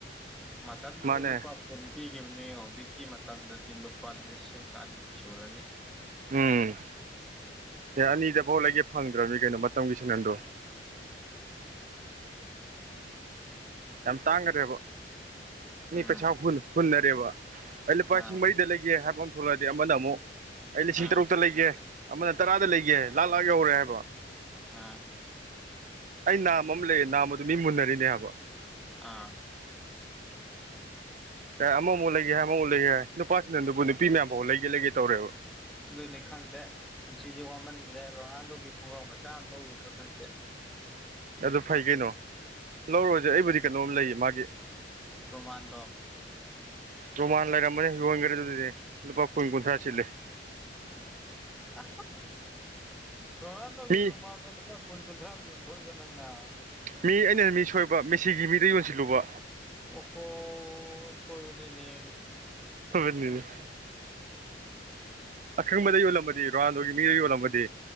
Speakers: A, in the centre; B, on the right.
A: ꯃꯟ
B: ꯃꯥꯅꯦ
A: ꯂꯨꯄꯥ ꯀꯦꯟꯇꯤꯒꯦꯅꯤꯅꯦ ꯍꯧꯖꯤꯛꯀꯤ ꯃꯇꯝꯗꯗꯤ ꯂꯨꯄꯥ ꯂꯤꯁꯤꯡ ꯑꯅꯤ ꯁꯨꯔꯅꯤ
B: ꯎꯝ ꯑꯦ ꯑꯅꯤꯗ ꯐꯥꯎ ꯂꯩꯒꯦ ꯐꯪꯗ꯭ꯔꯕꯅꯤ ꯀꯩꯅꯣ ꯃꯇꯝꯒꯤ ꯁꯍꯟꯗꯣ ꯌꯥꯝ ꯇꯥꯡꯈ꯭ꯔꯦꯕ ꯃꯤ
A: ꯎꯝ
B: ꯄꯩꯁꯥ ꯍꯨꯟꯅꯔꯦꯕ ꯑꯩ ꯂꯨꯄꯥ
A: ꯑꯥ
B: ꯂꯤꯁꯤꯡ ꯃꯔꯤꯗ ꯂꯩꯒꯦ ꯍꯥꯏꯕ ꯑꯃ ꯊꯣꯛꯂꯛꯑꯗꯤ ꯑꯃꯅ ꯑꯃꯨꯛ ꯑꯩ ꯂꯤꯁꯤꯡ
A: ꯑꯥ
B: ꯇꯔꯨꯛꯇ ꯂꯩꯒꯦ ꯑꯃꯅ ꯇꯔꯥꯗ ꯂꯩꯒꯦ ꯂꯥꯛ ꯂꯥꯛ ꯌꯧꯔꯦ ꯍꯥꯏꯕ
A: ꯑꯥ
B: ꯑꯩ ꯅꯥꯝ ꯑꯃ ꯂꯩꯌꯦ ꯅꯥꯝ ꯑꯗꯨ ꯃꯤ ꯃꯨꯟꯅꯔꯤꯅꯦ ꯍꯥꯏꯕ
A: ꯑꯥ
B: ꯑꯦ ꯑꯃꯃꯨꯛ ꯂꯩꯒꯦ ꯍꯥꯏ ꯑꯃꯃꯨꯛ ꯂꯩꯒꯦ ꯍꯥꯏ ꯅꯨꯄꯥꯁꯤꯅ ꯑꯗꯨꯕꯨ ꯅꯨꯄꯤ ꯃꯌꯥꯝꯐꯥꯎ ꯂꯩꯒꯦ ꯂꯩꯒꯦ ꯇꯧꯔꯦꯕ
A: ꯑꯗꯨꯅꯤ ꯈꯪꯗꯦ ꯄꯨꯟꯁꯤꯁꯦ ꯋꯥꯃꯟꯈ꯭ꯔꯦ ꯔꯣꯅꯥꯜꯗꯣꯒꯤ ꯈꯣꯡꯒ꯭ꯔꯥꯎ ꯃꯆꯥ ꯑꯃ ꯂꯧꯔꯨꯗ꯭ꯔꯥ ꯈꯪꯗꯦ
B: ꯑꯗꯨ ꯐꯩ ꯀꯩꯅꯣ ꯂꯧꯔꯨꯔꯁꯦ ꯑꯩꯕꯨꯗꯤ ꯀꯩꯅꯣꯝ ꯂꯩꯌꯦ ꯃꯥꯒꯤ
A: ꯔꯣꯃꯥꯟꯗꯣ
B: ꯔꯣꯃꯥꯟ ꯂꯩꯔꯝꯕꯅꯤ ꯍꯣꯡꯈ꯭ꯔꯦ ꯑꯗꯨꯗꯤ ꯂꯨꯄꯥ ꯀꯨꯟ ꯀꯨꯟꯊ꯭ꯔꯥ ꯁꯤꯜꯂꯦ
A: ꯑ ꯔꯣꯅꯥꯟꯗꯒꯤꯔ
B: ꯃꯤ
A: ꯀꯨꯟ ꯀꯨꯟꯊ꯭ꯔꯥꯗ ꯌꯣꯟꯊꯣꯛꯏꯕ ꯅꯪꯅ
B: ꯃꯤ ꯑꯩꯅ ꯍ ꯃꯤ ꯁꯣꯏꯕ ꯃꯦꯁꯤꯒꯤ ꯃꯤꯗ ꯌꯣꯟꯁꯤꯜꯂꯨꯕ
A: ꯑꯣ ꯍꯣ ꯁꯣꯏꯕꯅꯤꯅꯦ
B: ꯅꯤꯅꯤ ꯑꯈꯪꯕꯗ ꯌꯣꯜꯂꯝꯃꯗꯤ ꯔꯣꯍꯥꯟꯗꯣꯒꯤ ꯃꯤꯗ ꯌꯣꯜꯂꯝꯃꯗꯤ